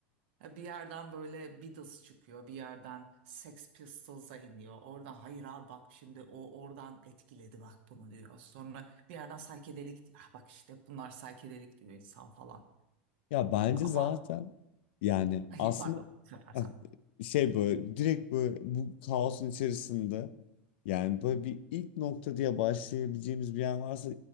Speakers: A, on the right; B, on the left.
A: Ya Bir yerden böyle Beatles çıkıyor, bir yerden Sex Pistols'a iniyor. Oradan hayır abi bak şimdi o oradan etkiledi bak bunu diyor. Sonra bir yerden psychedelic ah bak işte bunlar psychedelic diyor insan falan.
B: Ya bence
A: Ama
B: zaten yani
A: Hayır,
B: aslında
A: Pardon, bu sefer
B: Ha,
A: sen.
B: Şey böyle direkt böyle bu kaosun içerisinde yani böyle bir ilk nokta diye başlayabileceğimiz bir yer varsa